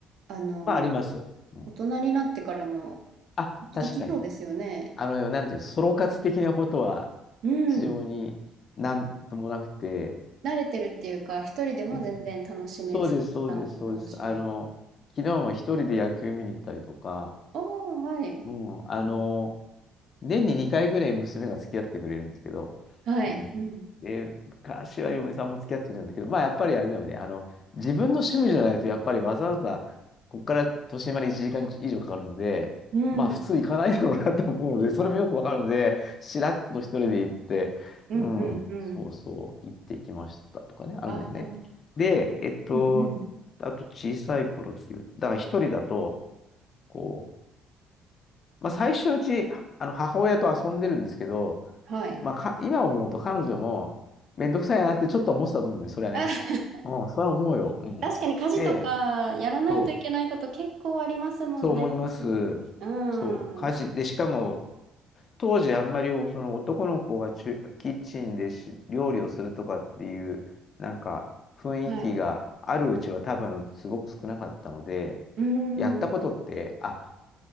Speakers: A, on the right; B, on the left.
A: あの、
B: まあ、あります。うん。
A: 大人になってからも、
B: あ、
A: いき、
B: 確かに。
A: いきそうですよね。
B: あの、なんていうの、ソロ活的なことは
A: うん。
B: 非常になんともなくて、
A: 慣れてるっていうか、一人でも全然楽しめ、
B: うんそうです、
A: その時間を楽しめる。
B: そうです、そうです。あの、昨日も一人で野球見に行ったりとか、
A: おー、はい。
B: うん、あの、
A: うん
B: 年に2回ぐらい娘が付き合ってくれるんですけど、
A: はい。
B: うん。
A: うん。
B: で、昔は嫁さんも付き合ってくれるんだけど、まあやっぱりあれだよね、あの、自分の趣味じゃないと、やっぱりわざわざ、ここから都心まで1時間以上かかるので、
A: うん。うんうんうん。
B: まあ普通行かないだろうなと思うので、それもよくわかるので、しらっと一人で行って、
A: <laughs>
B: うん、そうそう、行ってきましたとかね、あるんだよね。
A: ああ。
B: で、えっと、
A: うんうん。
B: あと小さい頃っていう、だから一人だと、こう、まあ、
A: うん
B: 最初のうち、はあの、母親と遊んでるんですけど、
A: はい。
B: まあ、か、今思うと彼女も、めんどくさいなってちょっと思ってたと思うんで、それはね。
A: あ <laughs>
B: うん、それは思うよ。うん。
A: 確かに家事とかやらないといけないこと結構ありますもんね。
B: で、そう、そう思います。
A: う
B: そう、家事。
A: ん。
B: で、しかも、当時あんまりその男の子がちゅキッチンでし料理をするとかっていう、なんか、雰囲気があるうちは多分すごく少なかったので、
A: はい。うん。
B: やったことって、あ、